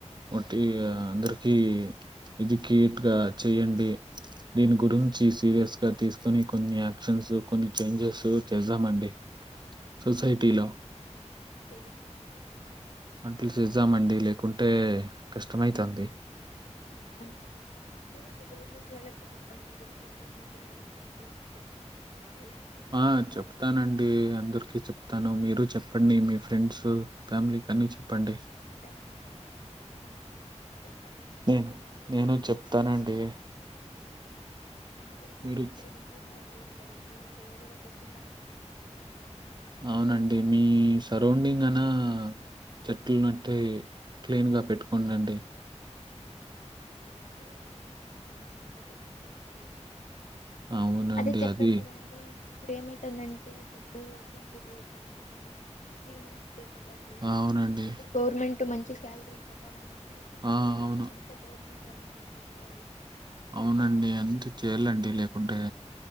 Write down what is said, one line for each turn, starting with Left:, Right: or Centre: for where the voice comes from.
Right: ఒకట్టి
Left: మ్మ్
Right: అందరికీ ఎడ్యుకేట్గా చేయండి దీని గురించి
Left: అవు
Right: సీరియస్ గా తీసు కొన్ని కొన్ని యాక్షన్స్ కొన్ని చేంజెస్ చేద్దామండి సొసైటీలో
Left: చేయాలండి
Right: అట్లు చేద్దామండి లేకుంటే కష్టంమైతుంది
Left: ఆ అండి చూడండి గవర్నమెంట్ వాళ్ళకి చెప్పండి గవర్నమెంట్ <unintelligible> ఏమైనా
Right: ఆ
Left: మీరు
Right: చెప్తానండి
Left: కొంచెం ఏమైనా
Right: అందరికిీ చెప్తాను మీరు చెప్త చెప్పండి మీ ఫ్రెండ్స్ ఫ్యామిలీకి అన్ని చెప్పండి
Left: ఖచ్చితంగా చెప్తానండి చెప్పాల
Right: నేను
Left: ఎందుకంటే
Right: నేను చెప్తానండి.
Left: మార్కెట్లో మా చేట్లో
Right: మీరు
Left: ఉన్నప్పుడు మేమే సాల్వ్ చేయి కదండి ఇంకా వేరే వాళ్ళు వచ్చి సాల్వ్ చేసేది కాదు కదా
Right: అవునండి మీ సరౌండింగ్ అనా చెట్ల మట్టి క్లీన్ గా పెట్టుకోండి
Left: ఆ అక్కడ అంతా బాగా మంచిగా పెట్టుకుంటామండి మేము
Right: అవునండి.
Left: అదే చెప్పాను
Right: అది
Left: కదండి ఇప్పుడు ఏమైతుందంటే అసలు వీళ్ళు లేక అంటే అ వీళ చేసేవాళ్ళు
Right: అవునండి.
Left: ఇప్పుడు గవర్నమెంట్ మెంట్ మంచి శాలరీ ఇవ్వక వాళ్ళు ఎక్కడ వస్తారు చెప్పండి
Right: ఆ! అవును.
Left: అంత గవర్నమెంట్ వాల్లనే అండి ఎక్కువ
Right: అవునండి అంత చేయాలండి లేకుంటే